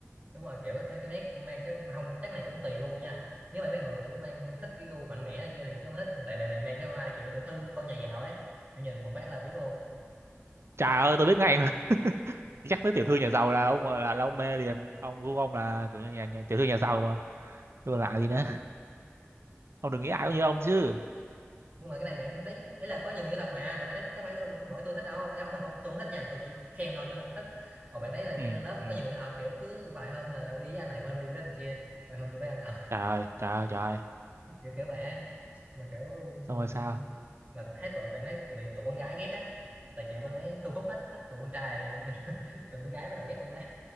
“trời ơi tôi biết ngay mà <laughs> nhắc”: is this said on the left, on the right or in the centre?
Right